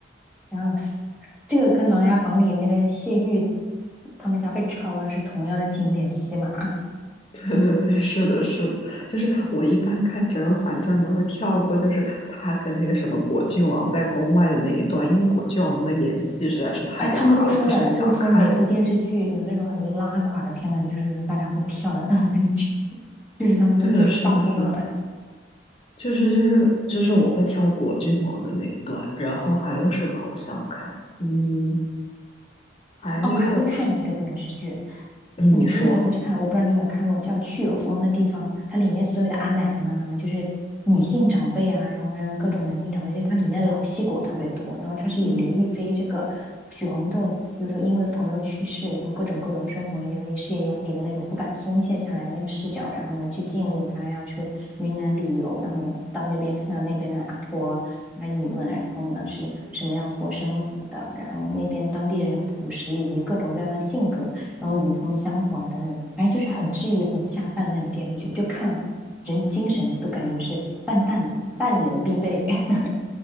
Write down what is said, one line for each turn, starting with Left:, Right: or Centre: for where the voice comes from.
Centre: 想死。这个跟《琅琊榜》里那个谢玉他们家被抄了是同样的经典戏码。
Left: 对对对，是的，是的，就是我一般看《甄嬛传》都会跳过，就是她跟那个什么果郡王在宫外的那一段，因为果郡王的演技实在是太拉了，
Centre: 哎，他们都说了，
Left: 不是很想看。
Centre: 就是说每部电视剧有那种很拉垮的片段，就是说大家会跳的 <laughs> 就是他们说就是发疯了。
Left: 对的，是的，是的，就是就是就是我会跳果郡王的那一段，然后还有什么？我想想看，嗯，还有，
Centre: 哦，我还会看一个电视剧，
Left: 嗯，
Centre: 你可以到时候去看。
Left: 你说，
Centre: 我不知道你有没有看过，叫《去有风的地方》，它里面所有的阿奶们啊，就是女性长辈啊，然后还有各种男性长辈，就它里面的老戏骨特别多。然后它是以刘亦菲这个许红豆，
Left: 嗯，
Centre: 就是说因为朋友去世，然后各种各种生活压力、事业压力的那种不敢松懈下来的那个视角，然后呢去进入她要去云南旅游，然后呢到那边看到那边的阿婆。阿姨们，然后呢是什么样过生活的，然后那边当地人朴实以及各种各样的性格，然后与他们相处啊等等，反正就是很治愈、很下饭的那种电视剧，就看了人精神都感觉是淡淡的，淡人必备。<laughs>